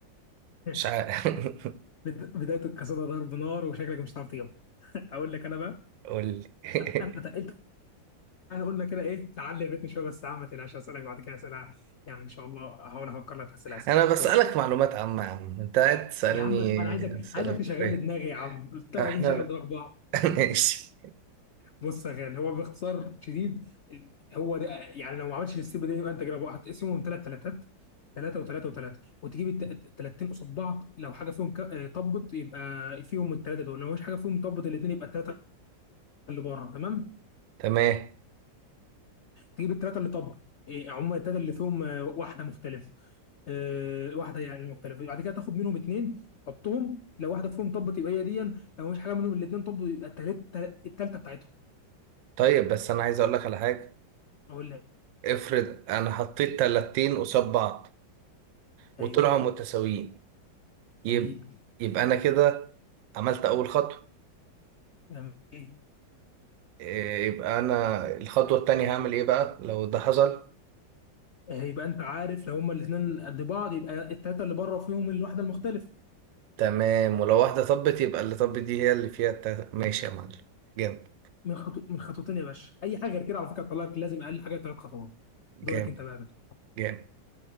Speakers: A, on the left; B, on the right.
A: <laughs>
B: مش عارف <laughs>
A: بد- بداية القصيدة ضرب نار وشكلك مش هتعرف تجيبها <laughs> اقول لك انا بقى
B: قول لي <laughs>
A: انا تقلت يعني قلنا كده ايه تعلي بيتنا شويه بس يا عم ما تقلقش هسالك بعد كده اسئله يعني ان شاء الله هحاول افكر لك في اسئله
B: انا بسألك
A: بص
B: معلومات عامة يا عم انت قاعد تسألني
A: يا عم انا عايزك
B: أسئلة
A: عايزك
B: فكرية
A: تشغل لي دماغي يا عم قلت لك
B: احنا
A: عايزين نشغل
B: <laughs>
A: دماغ بعض
B: ماشي
A: بص يا غالي هو باختصار شديد هو ده يعني لو ما عملتش السيب دي يبقى انت كده بقى هتقسمهم ثلاث ثلاثات ثلاثة وثلاثة وثلاثة وتجيب الت- التلاتين قصاد بعض لو حاجة فيهم ك- طبت يبقى فيهم الثلاثة دول لو مش حاجة فيهم طبت الاثنين يبقى الثلاثة اللي بره تمام
B: تمام
A: تجيب التلاتة اللي طب إيه، عموما التلاتة اللي فيهم آه، واحدة مختلفة آه، واحدة يعني مختلفة بعد كده تاخد منهم اتنين حطهم لو واحدة فيهم طب تبقى هي دي لو مش حاجة منهم الاتنين طب يبقى التالتة التالتة بتاعتهم
B: طيب بس انا عايز اقول لك على حاجة
A: أقول لك
B: افرض انا حطيت تلاتين قصاد بعض وطلعوا
A: أيوه
B: متساويين يبقى
A: جميل
B: يبقى انا كده عملت اول خطوة
A: جميل
B: إيه، يبقى انا الخطوة التانية هعمل ايه بقى لو ده حصل
A: آه، يبقى أنت عارف لو هما الاتنين قد بعض يبقى التلاتة اللي بره فيهم الواحدة المختلفة
B: تمام ولو واحدة طبت يبقى اللي طبت دي هي اللي فيها التا... ماشي يا معلم جامد
A: من خطو... من خطوتين يا باشا أي حاجة غير كده على فكرة تطلعك لازم أقل حاجة تلات خطوات
B: جامد
A: دورك أنت بقى يا باشا.
B: جامد